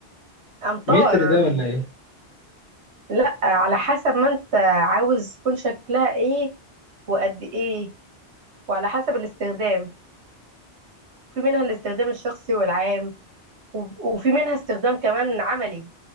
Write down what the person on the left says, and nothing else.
متر ده ولا ايه